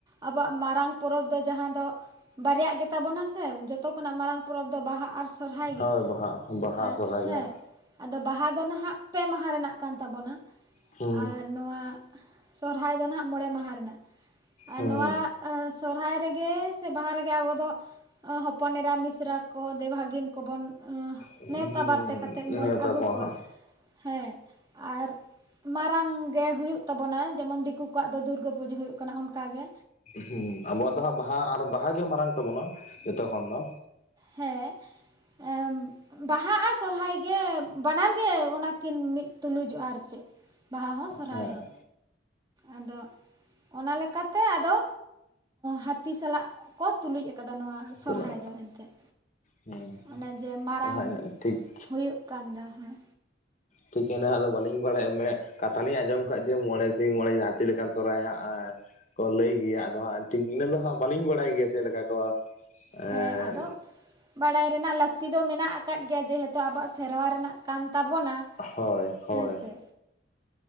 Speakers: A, on the right; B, on the left.
A: ᱟᱵᱚᱣᱟᱜ ᱢᱟᱨᱟᱝ ᱯᱚᱨᱚᱵᱽ ᱫᱚ ᱡᱟᱦᱟᱸ ᱫᱚ ᱵᱟᱨᱭᱟᱜ ᱜᱮᱛᱟᱵᱚᱱᱟ ᱥᱮ ᱡᱚᱛᱚ ᱠᱷᱚᱱᱟᱜ ᱢᱟᱨᱟᱝ ᱯᱚᱨᱚᱵᱽ ᱫᱚ ᱵᱟᱦᱟ ᱟᱨ ᱥᱚᱨᱦᱟᱭ
B: ᱦᱳᱭ
A: ᱜᱮ,
B: ᱵᱟᱦᱟ ᱵᱟᱦᱟ
A: ᱮᱸᱜ
B: ᱥᱚᱨᱦᱟᱭ
A: ᱦᱮᱸ᱾
B: ᱜᱮ ᱦᱟᱸᱜ
A: ᱟᱫᱚ ᱵᱟᱦᱟ ᱫᱚ ᱱᱟᱦᱟᱜ ᱯᱮ ᱢᱟᱦᱟᱸ ᱨᱮᱱᱟᱜ ᱠᱟᱱ ᱛᱟᱵᱚᱱᱟ
B: ᱦᱩᱸ
A: ᱟᱨ ᱱᱚᱣᱟ ᱥᱚᱨᱦᱟᱭ ᱫᱚ ᱱᱟᱦᱟᱜ ᱢᱚᱬᱮ ᱢᱟᱦᱟ ᱨᱮᱱᱟᱜ᱾ ᱟᱨ
B: ᱦᱩᱸ
A: ᱱᱚᱣᱟ ᱥᱚᱨᱦᱟᱭ ᱨᱮᱜᱮ ᱥᱮ ᱵᱟᱦᱟ ᱨᱮᱜᱮ ᱟᱵᱚ ᱫᱚ ᱦᱚᱯᱚᱱ ᱮᱨᱟ ᱢᱤᱥᱨᱟ ᱠᱚ ᱫᱮᱹᱣ ᱵᱷᱟᱹᱜᱤᱱ ᱠᱚᱵᱚᱱ
B: ᱦᱩᱸ
A: ᱱᱮᱣᱛᱟ ᱵᱟᱨᱛᱮ ᱠᱟᱛᱮᱫ
B: ᱱᱮᱣᱛᱟ
A: ᱵᱚᱱ ᱟᱹᱜᱩ ᱠᱚᱣᱟ᱾
B: ᱦᱟᱸᱜ
A: ᱦᱮᱸ ᱟᱨ ᱢᱟᱨᱟᱝ ᱜᱮ ᱦᱩᱭᱩᱜ ᱛᱟᱵᱚᱱᱟ᱾ ᱡᱮᱢᱚᱱ ᱫᱤᱠᱩ ᱠᱚᱣᱟᱜ ᱫᱚ ᱫᱩᱨᱜᱟᱹ ᱯᱩᱡᱟᱹ ᱦᱩᱭᱩᱜ ᱠᱟᱱᱟ ᱚᱱᱠᱟ ᱜᱮ᱾
B: ᱦᱩᱸ, ᱟᱵᱚᱣᱟᱜ ᱫᱚ ᱦᱟᱸᱜ ᱵᱟᱦᱟ ᱟᱨ ᱵᱟᱦᱟᱜ ᱜᱮ ᱢᱟᱨᱟᱝ ᱛᱟᱵᱚᱱᱟ ᱡᱚᱛᱚ ᱠᱷᱚᱱ ᱫᱚ᱾
A: ᱦᱮᱸ, ᱵᱟᱦᱟ ᱟᱨ ᱥᱚᱨᱦᱟᱭ ᱜᱮ ᱵᱟᱱᱟᱨ ᱜᱮ ᱚᱱᱟ ᱠᱤᱱ ᱢᱤᱫ ᱛᱩᱞᱩᱡᱚᱜ-ᱟ ᱟᱨ ᱪᱮᱫ ᱵᱟᱦᱟ ᱦᱚᱸ ᱥᱚᱨᱦᱟᱭ
B: ᱦᱮᱸ
A: ᱦᱚᱸ᱾ ᱟᱫᱚ ᱚᱱᱟ ᱞᱮᱠᱟᱛᱮ ᱟᱫᱚ ᱦᱟᱹᱛᱤ ᱥᱟᱞᱟᱜ ᱠᱚ ᱛᱩᱞᱩᱡ ᱟᱠᱟᱫᱟ ᱱᱚᱣᱟ ᱥᱚᱨᱦᱟᱭ
B: ᱛᱤᱱᱟᱹᱜ
A: ᱫᱚ ᱮᱱᱛᱮᱫ᱾
B: ᱦᱩᱸ,
A: ᱚᱱᱟ ᱡᱮ ᱢᱟᱨᱟᱝ
B: ᱚᱱᱟ ᱤᱱᱟᱹᱜ ᱴᱷᱤᱠ᱾
A: ᱦᱩᱭᱩᱜ ᱠᱟᱱ ᱫᱚ ᱦᱮᱸ
B: ᱴᱷᱤᱠᱟᱹᱱᱟ ᱟᱫᱚ ᱵᱟᱹᱞᱤᱧ ᱵᱟᱲᱟᱭᱟ ᱢᱮ ᱠᱟᱛᱷᱟ ᱞᱤᱧ ᱟᱸᱡᱚᱢ ᱠᱟᱜ ᱡᱮ ᱢᱚᱬᱮ ᱥᱤᱧ ᱢᱚᱬᱮ ᱧᱤᱫᱟᱹ, ᱦᱟᱹᱛᱤ ᱞᱮᱠᱟᱱ ᱥᱚᱦᱨᱟᱭ ᱦᱟᱸᱜ ᱠᱚ ᱞᱟᱹᱭ ᱜᱮᱭᱟ, ᱟᱫᱚ ᱦᱟᱸᱜ ᱴᱷᱤᱠ ᱤᱱᱟᱹ ᱫᱚ ᱦᱟᱸᱜ ᱵᱟᱹᱞᱤᱧ ᱵᱟᱲᱟᱭ ᱜᱮᱭᱟ ᱪᱮᱫ ᱞᱮᱠᱟ ᱠᱚ ᱮᱸ
A: ᱦᱮᱸ ᱟᱫᱚ ᱵᱟᱲᱟᱭ ᱨᱮᱱᱟᱜ ᱞᱟᱹᱠᱛᱤ ᱫᱚ ᱢᱮᱱᱟᱜ ᱟᱠ ᱟᱠᱟᱫ ᱜᱮᱭᱟ ᱡᱮᱦᱮᱛᱩ ᱟᱵᱚᱣᱟᱜ ᱥᱮᱨᱣᱟ ᱨᱮᱱᱟᱜ ᱠᱟᱱ ᱛᱟᱵᱚᱱᱟ
B: ᱦᱳᱭ ᱦᱳᱭ
A: ᱦᱮᱸ ᱥᱮ᱾